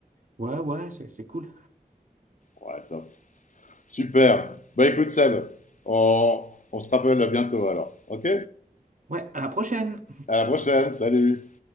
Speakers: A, on the right; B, on the left.
A: Ouais, ouais, c'est c'est cool.
B: Ouais, top. Super. Bah écoute Seb, on, on se rappelle bientôt alors. Ok?
A: Ouais, à la prochaine!
B: À la prochaine. Salut.